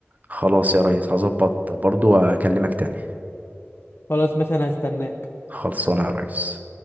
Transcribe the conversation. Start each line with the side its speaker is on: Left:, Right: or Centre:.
Right: خلاص يا ريس هظبط برضو واكلمك تاني
Left: خلاص ماشي انا هستناك
Right: خلصانه يا ريس